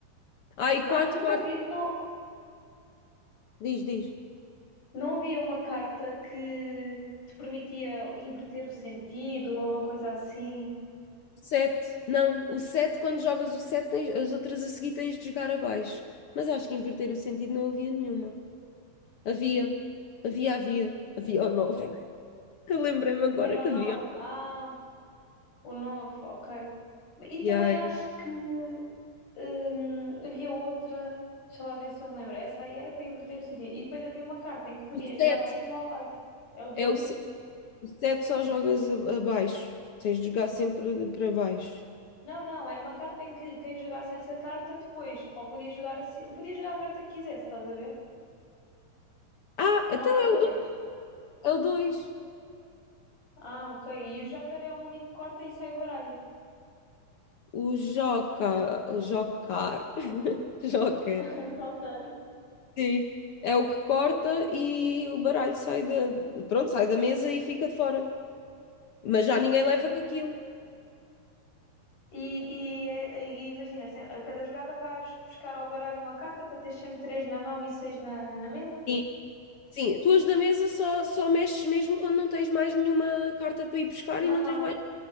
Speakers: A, on the left; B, on the left.
A: Ah, e
B: Ah,
A: 4,
B: e não
A: 4.
B: havia, não,
A: diz, diz.
B: não havia uma carta que te permitia inverter o sentido ou uma coisa assim?
A: sete. Não, o sete, quando jogas o sete, tens- as outras a seguir tens de jogar abaixo. Mas acho que inverter o sentido não havia nenhuma. Havia. Havia, havia. Havia o nove. <laughs> Eu lembrei-me agora
B: Era
A: que
B: o
A: havia.
B: nove Ah, o nove ok. E também
A: E aí?
B: acho que hum, havia outra. Deixa lá ver se eu me lembro. Essa aí era para inverter o sentido. E depois havia uma carta em que podia
A: O
B: jogar
A: sete
B: ao cima ou ao baixo. É o dois
A: é o, se- o sete só jogas a- abaixo. Tens de jogar sempre de- para baixo.
B: Não, não, era uma carta em que quem jogasse essa carta depois, ou podia jogar assim, podia jogar a carta que quisesse, estás a ver?
A: Ah,
B: Não
A: então
B: era o dois.
A: é o do- é o dois.
B: Ah, ok. E o Joker é o único que corta e sai o baralho.
A: O Joca, Jocar. <laughs> Joker.
B: <laughs> O Joker.
A: Sim. É o que corta e o baralho sai da, pronto, sai da mesa e fica de fora. Mas já ninguém leva com aquilo.
B: E, e, é- e imagina, se- a cada jogada vais buscar ao baralho uma carta para ter sempre três na mão e seis na, na mesa?
A: Sim. Sim, tu as da mesa só, só mexes mesmo quando não tens mais nenhuma carta para ir buscar
B: Na
A: e não
B: mão.
A: tens mais.